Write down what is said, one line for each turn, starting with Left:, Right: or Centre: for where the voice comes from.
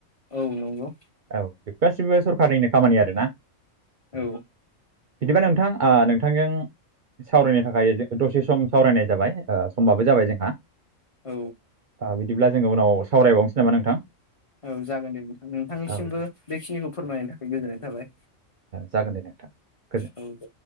Left: औ नंगौ।
Right: औ बेफोर गासिबो सरखारनिनो खामानि आरोना
Left: औ।
Right: बिदिबा नोंथां ओ नोंथांजों सावरायनो थाखाय दसे सम सावरायनाय जाबाय समबाबो जाबाय जोंहा
Left: औ
Right: ओ बिदिब्ला जोङो उनाव सावरायबावनो जेनेबा नोंथां।
Left: औ जागोन दे नोंथां नोंथांनिसिमबो
Right: औ दे
Left: बेखिनिखौ फोरमायनो थाखाय गोजोननाय‌ थाबाय।
Right: जागोन दे नोंथां गोजोन
Left: औ दे